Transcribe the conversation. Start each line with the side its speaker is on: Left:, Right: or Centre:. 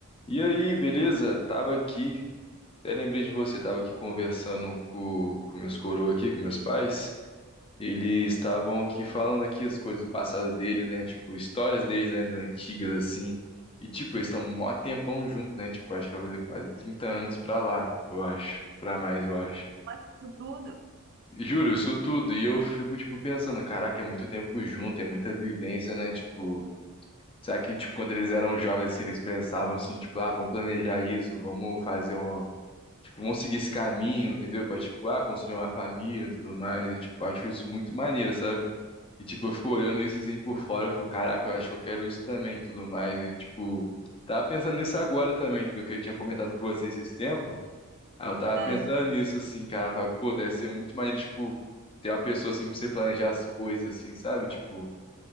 Left: E aí, beleza? Tava aqui, até lembrei de você, tava aqui conversando com, com meus coroa aqui, com meus pais. Eles estavam aqui falando aqui as coisas do passado dele, né? Tipo, histórias deles, né? Da antigas, assim. E, tipo, eles estão mó tempão junto, né? Tipo, acho que vai fazer quase 30 anos pra lá, eu acho. Pra mais, eu acho.
Right: Mas de tudo.
Left: Juro, isso tudo. E eu fico, tipo, pensando, caraca, é muito tempo junto, é muita vivência, né? Tipo, será que, tipo, quando eles eram jovens, assim, eles pensavam assim, tipo, ah, vamos planejar isso, vamos fazer um Tipo, vão seguir esse caminho, entendeu? Pra, tipo, ah, construir uma família e tudo mais. E, tipo, acho isso muito maneiro, sabe? E, tipo, eu fico olhando isso assim por fora. Eu fico, caraca, eu acho que eu quero isso também e tudo mais. E, tipo, tava pensando nisso agora também, do que eu tinha comentado com você esses tempos. Aí eu tava
Right: É,
Left: pensando nisso, assim, cara. Falei, pô, deve ser muito maneiro, tipo, ter uma pessoa assim pra você planejar as coisas, assim, sabe? Tipo,